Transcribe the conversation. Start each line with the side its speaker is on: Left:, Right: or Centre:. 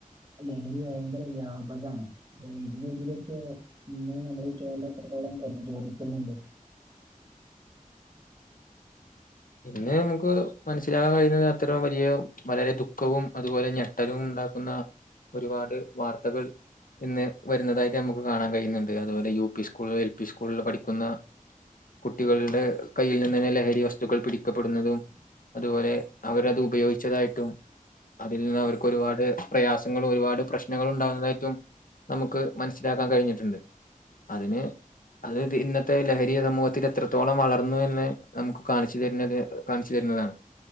Right: ലഹരി ഭയങ്കര വ്യാപകാണ്. അപ്പൊ ഇതിന് എതിരൊക്കെ പിന്നെ നമ്മള് കേരളം എത്രത്തോളം പ്രതിരോദിക്കുന്നുണ്ട്.
Left: ഇന്ന് നമുക്ക് മനസ്സിലാൻ കഴിയുന്നത് അത്രോം വലിയ വളരെ ദുഃഖവും അതുപോലെ ഞ <unintelligible> ഇണ്ടാക്കുന്ന ഒരുപാട് വാർത്തകൾ ഇന്ന് വരുന്നതായിട്ട് നമുക്ക് കാണാൻ കഴിയുന്നുണ്ട് അതുപോലെ U P school L P സ്കൂളിൽ പഠിക്കുന്ന കുട്ടികളുടെ കയ്യിൽനിന്നെന്നേ ലഹരി വസ് വസ്തുക്കൾ പിടിക്കപ്പെടുന്നതും അതുപോലെ അവരത് ഉപയോഗിച്ചതായിട്ടും അതിൽനിന്ന് അവർക്ക് ഒരുപാട് പ്രയാസങ്ങളും ഒരുപാട് പ്രശ്നങ്ങൾ ഉണ്ടാകുന്നതായിട്ടും നമുക്ക് മനസ്സിലാക്കാൻ കഴിഞ്ഞിട്ടുണ്ട്. അതിന് അതയ്ത് ഇന്നത്തെ ലഹരി സമൂഹത്തിൽ എത്രത്തോളം വളർന്നു എന്ന് നമുക്ക്. കാണിച്ചു തര്ന്നത് കാണിച്ചു തരുന്നതാണ്.